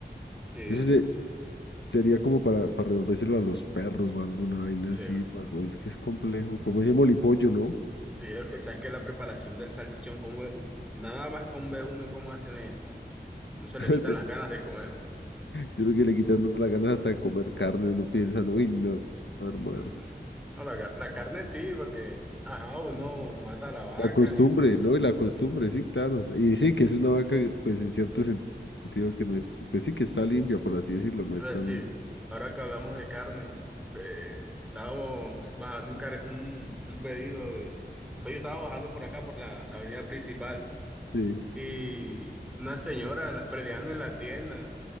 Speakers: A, in the centre; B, on the left (about 85°).
A: sí,
B: eso se- sería como para, para revolvérselo a los perros o alguna vaina
A: sí.
B: así, pago, es que es complejo, como ese molipollo, ¿no?
A: Sí, es que, sabes que la preparación del salchichón, como nada más con ve uno cómo hacen eso. No se
B: <laughs>
A: le
B: O
A: quitan
B: sea,
A: las ganas de comerlo.
B: Yo creo que le quitan a uno las ganas hasta de comer carne, uno piensa, uy, no, hermano.
A: <laughs> No, la, car- la carne sí, porque, ajá, uno mata a la vaca
B: La costumbre,
A: y uno ve.
B: ¿no? Y la costumbre, sí, claro. Y sí, que es una vaca, que, pues en cierto sen- sentido
A: oh,
B: que no es, pues sí, que está limpia, por así decirlo, no
A: Ahora
B: es tan...
A: sí, ahora que hablamos de carne, de- estábamos bajando un, car- un, un pedido de... Pues yo estaba bajando por acá, por la, la avenida principal,
B: Sí.
A: y una señora la- peleando en la tienda.